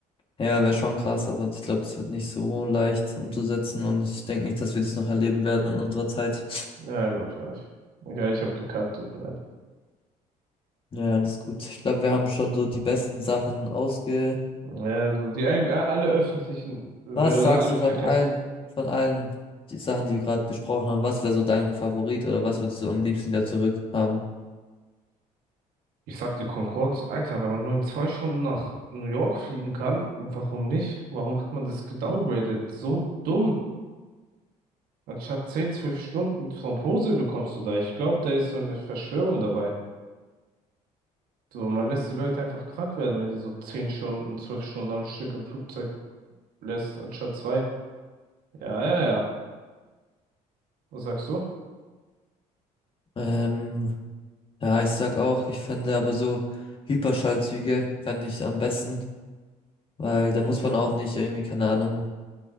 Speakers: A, on the left (about 35°); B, on the right (about 75°).
A: Ja, wäre schon krass, aber ich glaube, das wird nicht so leicht umzusetzen und ich denke nicht, dass wir das noch erleben werden in unserer Zeit.
B: Ja, glaube ich auch nicht. Ja, ich habe gekackt, tut mir leid.
A: Ja, alles gut. Ich glaube, wir haben schon so die besten Sachen ausgesprochen.
B: Ja, so die ein- alle öffentlichen äh,
A: Was
B: oder
A: sagst
B: alle
A: du
B: Verkehrs
A: von allen, von allen die Sachen, die wir gerade besprochen haben? Was wäre so dein Favorit oder was würdest du am liebsten wieder zurückhaben?
B: Ich sag dir Concorde, Alter, wenn man nur in zwei Stunden nach New York fliegen kann, warum nicht? Warum hat man das gedowngraded? So dumm. Anstatt 10, 12 Stunden vom Posel bekommst du da. Ich glaube, da ist so eine Verschwörung dabei. So, man lässt die Leute einfach krank werden, wenn die so 10 Stunden, 12 Stunden am Stück im Flugzeug lässt, anstatt zwei. Ja, ja, ja. Was sagst du?
A: Ähm, ja, ich sag auch, ich fände aber so Hyperschallzüge fände ich am besten, weil da muss man auch nicht irgendwie, keine Ahnung,